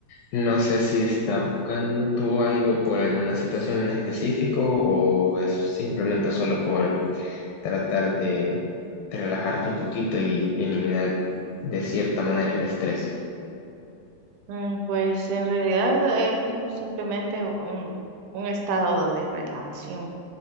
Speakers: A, on the left; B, on the right.
A: No sé si estás buscando tú algo por alguna situación en específico o es simplemente solo por tratar de, de relajarte un poquito y eliminar de cierta manera el estrés.
B: Mm, Pues en realidad eh, busco simplemente un, un estado de relajación,